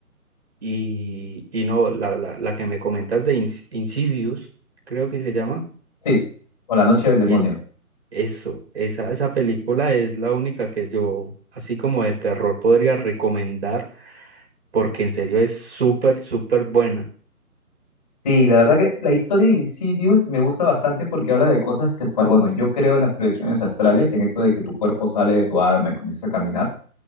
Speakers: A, on the right; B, on the left.
A: Y, y no, la, la, la que me comentas de Ins- Insidious, creo que se llama.
B: Sí, o La Noche del Demonio.
A: eh, eso, esa, esa película es la única que yo, así como de terror, podría recomendar porque en serio es súper, súper buena.
B: Sí, la verdad que la historia de Insidious me gusta bastante porque habla de cosas que, pues, bueno, yo creo en las proyecciones astrales, en esto de que tu cuerpo sale de tu alma y comienzas a caminar.